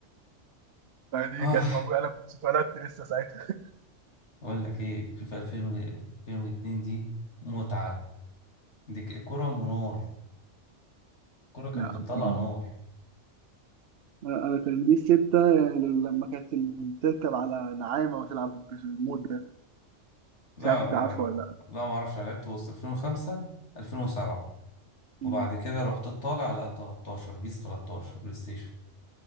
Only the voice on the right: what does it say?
فدي
كانت موجوده انا كنت اتولدت لسه ساعتها <laughs>
لا
بتيجي
أنا أنا كان دي الستة يعني لما كانت ال- بتركب على نعامة وتلعب بالمود ده
مش عارف أنت عارفه ولا لأ
أمم.